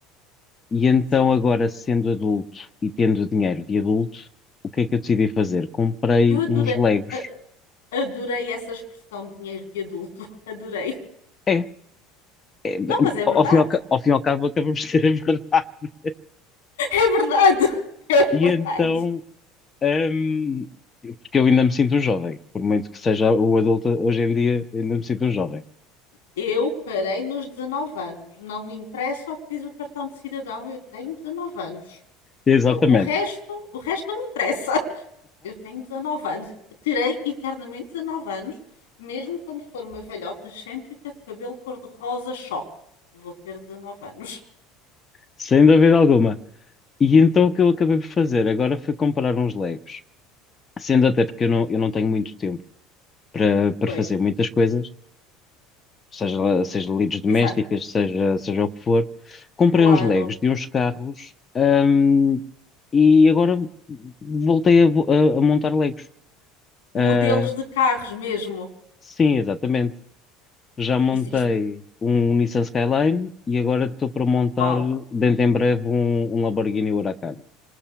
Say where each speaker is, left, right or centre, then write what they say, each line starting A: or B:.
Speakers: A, on the left (about 30°); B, on the left (about 80°).
A: E então
B: Sim.
A: agora, sendo adulto e tendo dinheiro de adulto, o que é que eu decidi fazer? Comprei
B: Eu adorei,
A: uns Legos.
B: a- adorei essa expressão de dinheiro de adulto. <laughs> Adorei.
A: é é,
B: Não, mas é
A: ao
B: verdade.
A: fim e ao, ca- ao fim e ao cabo acabamos de ter a verdade. <laughs>
B: É verdade. <laughs> É
A: E
B: verdade.
A: então, hum, porque eu ainda me sinto um jovem, por muito que seja o adulto hoje em dia, ainda me sinto um jovem.
B: Eu parei nos 19 anos. Não me interessa o que diz o cartão de cidadão. Eu tenho 19 anos.
A: Exatamente,
B: O resto, o resto não me interessa. Eu tenho 19 anos. Terei eternamente 19 anos, mesmo quando for uma velhota excêntrica de cabelo cor-de-rosa choque. Vou ter 19 anos.
A: sem dúvida alguma. E então o que eu acabei por fazer agora foi comprar uns Legos, sendo até porque eu não, eu não tenho muito tempo para, para
B: Pois,
A: fazer muitas coisas. seja, lá- seja lides domésticas,
B: exato.
A: seja, seja o que for. Comprei
B: Claro.
A: uns Legos de uns carros, ahm, e agora voltei a, vo- a- a montar Legos.
B: Modelos
A: Ah,
B: de carros mesmo.
A: sim, exatamente. Já montei
B: Isso, isso,
A: um Nissan Skyline e agora estou para montar
B: uau.
A: dentro em breve um, um Lamborghini Huracan.